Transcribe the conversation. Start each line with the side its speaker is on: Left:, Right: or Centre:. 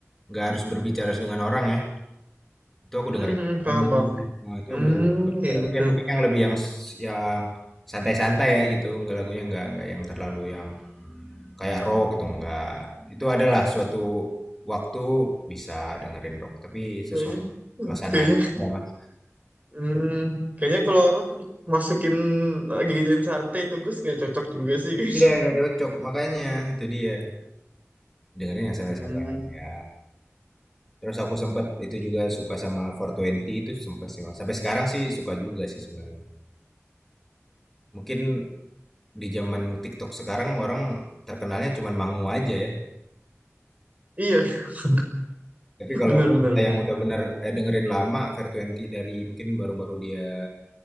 Centre: nggak harus berbicara dengan orang ya, itu aku
Right: Hmm,
Centre: dengerin lagu.
Right: paham, bang.
Centre: Nah, itu
Right: Hmm,
Centre: aku dengerin lagu.
Right: kayak
Centre: Tapi
Right: gitu.
Centre: yang mungkin yang lebih yang yang santai-santai ya gitu, nggak lagunya nggak nggak yang terlalu yang kayak rock gitu enggak. Itu adalah suatu waktu bisa dengerin rock, tapi sesuai
Right: Kayaknya, hmm,
Centre: suasananya
Right: kayaknya,
Centre: enggak, Mas.
Right: hmm, kayaknya kalau rock masukin lagi dan santai itu Gus nggak cocok juga sih kayaknya.
Centre: Iya, enggak cocok. Makanya itu dia. Dengerin yang santai-santai
Right: Hmm,
Centre: aja. Terus aku sempet itu juga suka sama four Twenty itu sempet sih, Mas. Sampai sekarang sih suka juga sih sebenarnya. Mungkin di zaman TikTok sekarang orang terkenalnya cuman mangu aja ya.
Right: iya, <laughs>
Centre: Tapi kalau
Right: benar, benar,
Centre: kita
Right: benar.
Centre: yang udah bener eh, dengerin lama, Fair Twenty dari mungkin baru-baru dia